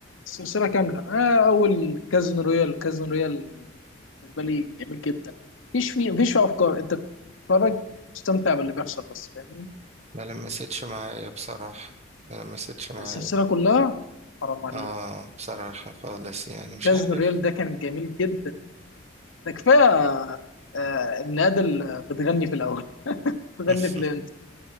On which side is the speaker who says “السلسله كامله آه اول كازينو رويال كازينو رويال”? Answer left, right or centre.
Left